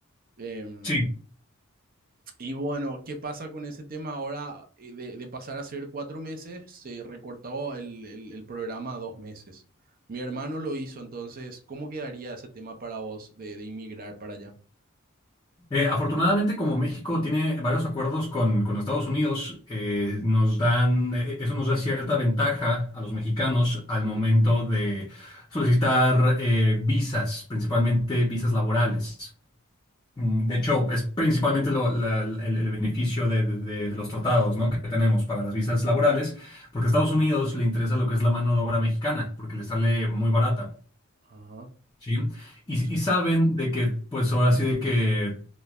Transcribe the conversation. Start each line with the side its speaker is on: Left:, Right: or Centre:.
Right: Em,
Left: Sí.
Right: y bueno, ¿qué pasa con ese tema ahora eh, de, de pasar a ser cuatro meses? Se recortó el, el- el programa a dos meses. Mi hermano lo hizo, entonces, ¿cómo quedaría ese tema para vos de, de inmigrar para allá?
Left: Eh, afortunadamente, como México tiene varios acuerdos con, con Estados Unidos, eh, nos dan, eh, eso nos da cierta ventaja a los mexicanos al momento de solicitar eh, visas, principalmente visas laborales. Mm, De hecho, es principalmente lo- la- el, el beneficio de, de- de- de los tratados, ¿no? que tenemos para las visas laborales, porque a Estados Unidos le interesa lo que es la mano de obra mexicana, porque le sale muy barata.
Right: Ajá,
Left: ¿sí? Y,
Right: sí.
Left: y saben de que, pues ahora sí de que